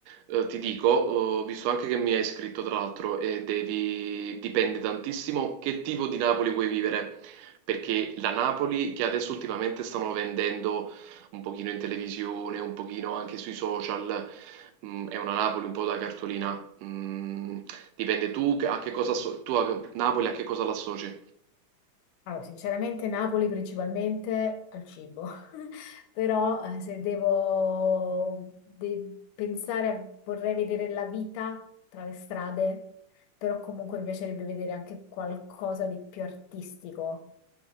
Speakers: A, on the right; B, on the left.
A: eh, ti dico, ho visto anche che mi hai scritto tra l'altro e devi... dipende tantissimo che tipo di Napoli vuoi vivere, perché la Napoli che adesso ultimamente stanno vendendo un pochino in televisione, un pochino anche sui social, mm, è una Napoli un po' da cartolina. Mm, dipende tu che- a che cosa asso- tu a Napoli a che cosa l'associ?
B: Allora, sinceramente Napoli principalmente al cibo, <laughs> però eh, se devo de- pensare, a- vorrei vedere la vita tra le strade, però comunque mi piacerebbe vedere anche qualcosa di più artistico.